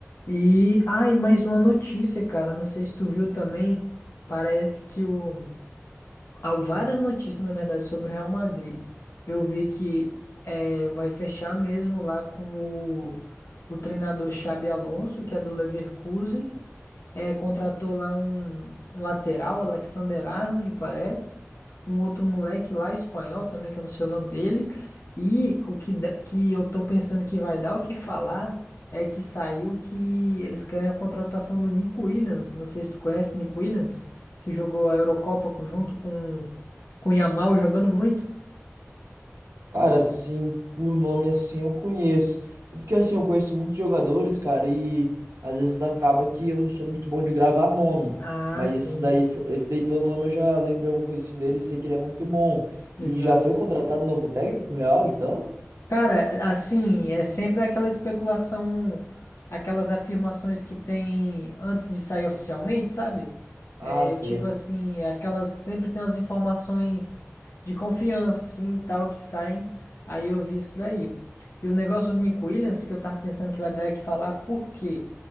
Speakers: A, on the left; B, on the right.
A: E, ai, mais uma notícia, cara. Não sei se tu viu também. Parece que o. Há várias notícias, na verdade, sobre o Real Madrid. Eu vi que é, vai fechar mesmo lá com o, o treinador Xabi Alonso, que é do Leverkusen. É, contratou lá um, um lateral, Alexander Arnold, parece. Um outro moleque lá, espanhol também, que eu não sei o nome dele. E o que, dá- que eu tô pensando que vai dar o que falar é que saiu que eles querem a contratação do Nico Williams. Não sei se tu conhece Nico Williams, que jogou a Eurocopa co- junto com, com o Yamal, jogando muito.
B: Cara, assim, por nome assim eu conheço. É Porque assim, eu conheço muitos jogadores, cara, e às vezes acaba que eu não sou muito bom de gravar nome.
A: Ah,
B: Mas
A: sim,
B: esse daí, esse daí pelo nome eu já lembro alguma coisa assim dele e sei que ele é muito bom.
A: exato.
B: E já foi contratado novo técnico pro Real, então?
A: Cara, assim, é sempre aquela especulação, aquelas afirmações que tem antes de sair oficialmente, sabe?
B: Ah,
A: É,
B: sei.
A: tipo assim, aquelas sempre tem as informações de confiança, assim, e tal, que saem. Aí eu vi isso daí. E o negócio do Nick Williams, que eu tava pensando que vai dar é que falar por quê?